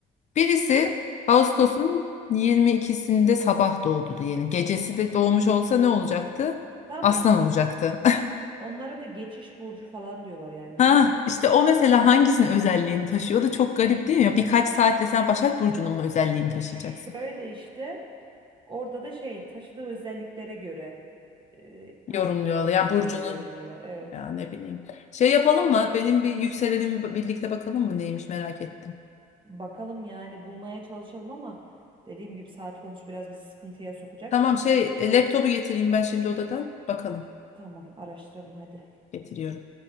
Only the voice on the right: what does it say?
Tam
işte
ha, onlara da geçiş burcu falan diyorlar yani mesela.
Şöyle
işte orada da şey taşıdığı özelliklere göre eee,
hangi burç olduğunu
yorumluyorlar. Evet.
Bakalım yani bulmaya çalışalım ama dediğim gibi saat konusu biraz bizi sıkıntıya sokacak.
Tamam araştıralım hadi.